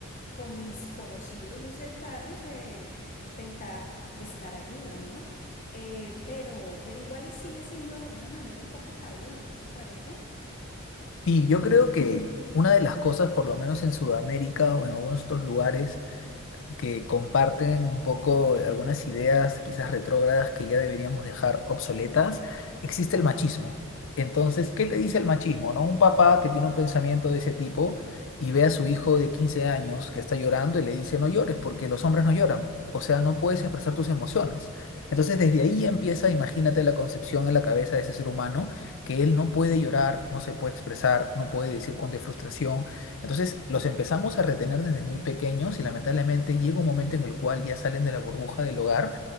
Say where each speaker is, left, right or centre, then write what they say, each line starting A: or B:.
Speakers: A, on the left (about 35°); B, on the left (about 60°).
A: con mis conocidos muy cercanos, de intentar prestar ayuda, ¿no? Eh, pero, pero igual es- sigue siendo de alguna manera un poco tabú, ¿no te parece?
B: Y yo creo que una de las cosas, por lo menos en Sudamérica o en algunos otros lugares, que comparten un poco algunas ideas quizás retrógradas que ya deberíamos dejar obsoletas, existe el machismo. Entonces, ¿qué te dice el machismo, no? Un papá que tiene un pensamiento de ese tipo y ve a su hijo de 15 años que está llorando y le dice, no llores porque los hombres no lloran. O sea, no puedes expresar tus emociones. Entonces, desde ahí empieza, imagínate la concepción en la cabeza de ese ser humano, que él no puede llorar, no se puede expresar, no puede decir cuando hay frustración entonces los empezamos a retener desde muy pequeños y lamentablemente llega un momento en el cual ya salen de la burbuja del hogar